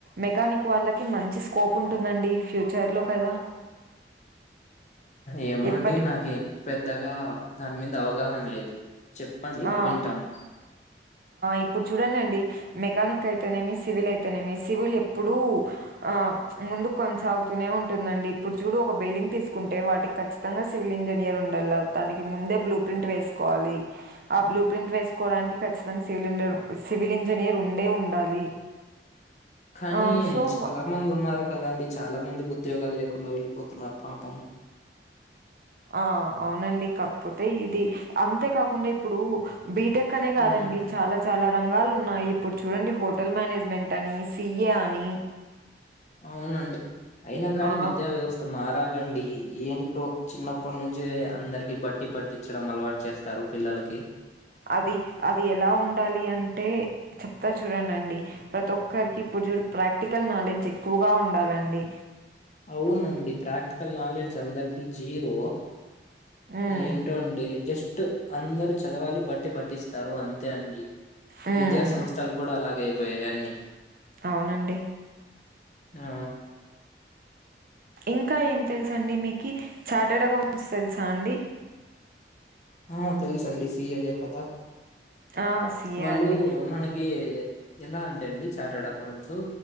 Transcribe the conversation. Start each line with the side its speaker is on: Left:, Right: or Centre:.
Right: మెకానిక్ వాళ్ళకి మంచి స్కోప్ ఉంటుందండి ఫ్యూచర్లో కదా
Left: ఏమో
Right: ఎప్పటి
Left: అండి నాక పెద్దగా దాని మీద అవగాహన లేదు చెప్పండి
Right: ఆ
Left: వి వింటాను
Right: ఇప్పుడు చూడండిండి మెకానిక్ అయితేనేమి సివిల్ అయితే మీ సివిల్ ఎప్పుడూ ఆ ముందు కొనసాగుతూనే ఉంటుందండి ఇప్పుడు చూడు ఒక బిల్డింగ్ తీసుకుంటే వాటికి కచ్చితంగా సివిల్ ఇంజనీయర్ ఉండల దనికి ముందే బలూ ప్రింట్ఎస్కోవలి ఆ బ్లూ ప్రింట్ వే చూసుకోవడానికి ఖచ్చితంగా సిల్ సివిల్ ఇంజనీర్ ఉండే ఉండాలి
Left: కానీ
Right: ఆ సో
Left: చాలా మంది ఉన్నారు కదండి చాలా మంది ఉద్యోగాలు లేకుండా వెళ్ళిపోతున్నారు పాపం
Right: ఆ అవునండి కాకపోతే ఇది అంతే కాకుండా ఇప్పుడు బీటెక్ అనే కాదండి
Left: ఉమ్,
Right: చాలా చాలా రంగాలు ఉన్నాయి ఇప్పుడు చూడండి హోటల్ మేనేజ్మెంట్ అని సిఏ అని
Left: అవునండి అయినా కానీ
Right: ఆ!
Left: విద్యా వ్యవస్థ మ చాలండి ఏంటో చిన్నప్పటి నుంచే అందరికి బట్టి పట్టించడం అలవాటు చేస్తారు కి
Right: అది అది ఎలా ఉండాలి అంటే చెప్తా చూడంనండి ప్రతి ఒక్కరికి పడు చడు ప్రాక్టికల్ నాలెడ్జ్ ఎక్కువగా ఉండాలండి
Left: అవునండి ప్రాక్టికల్ నాలెడ్జ్ అందరికీ జీరో
Right: హ్మ్.
Left: ఏంటో అండి జస్ట్ అందరు చదవాలి బట్ పట్టి పట్టిస్తారు అంతే అండి
Right: హ్మ్.
Left: విద్యా సంస్థలు కూడా అలాగే అయిపోయాయి అన్నీ
Right: అవునండి
Left: ఆ
Right: ఇంకా ఏం తెలుసండి మీకు చాటెడ్ అకౌంట్స్ తెలుసా అండి
Left: ఆ తెలుస అండి సిఎలే కద
Right: ఆ! సీఏ
Left: వాళ్ళు
Right: అండి.
Left: మనకి ఎలా అంటే అండి చార్టర్డ్ అకౌంట్స్